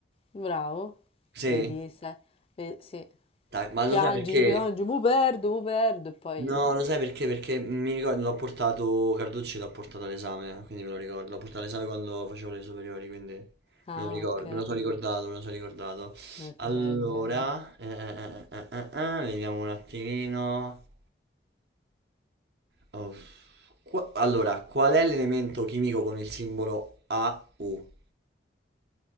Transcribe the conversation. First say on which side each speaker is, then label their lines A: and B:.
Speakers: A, on the left; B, on the right.
A: Bravo,
B: Sì?
A: vedi, sai, ve- sì.
B: Dai, ma
A: Piangi,
B: lo sai perché?
A: piangi, mo perdo, mo perdo e poi...
B: No, lo sai perché? Perché mi ricordo, l'ho portato, Carducci l'ho portato all'esame, quindi me lo ricordo. L'ho portato all'esame quando facevo le superiori, quindi me
A: Ah,
B: lo ricordo,
A: ok,
B: me lo sono ricordato, me lo sono ricordato.
A: ok,
B: Allora,
A: ok.
B: eh, eh, eh, eh, eh, eh, eh, vediamo un attimino. Oh, qua- allora, qual è l'elemento chimico con il simbolo AU?